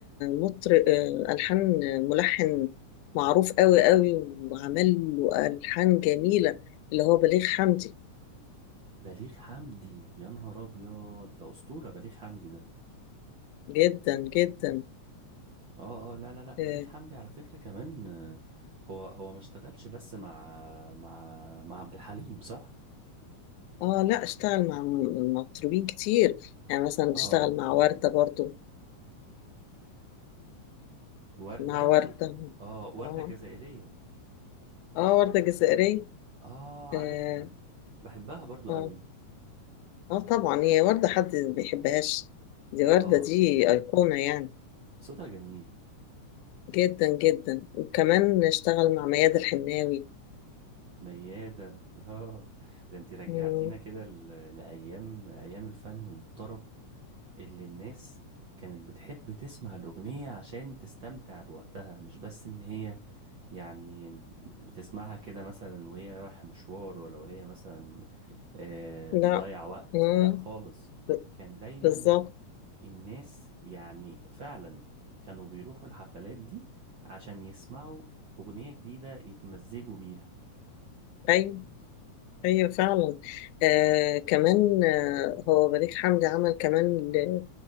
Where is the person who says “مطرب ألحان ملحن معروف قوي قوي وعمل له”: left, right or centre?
Left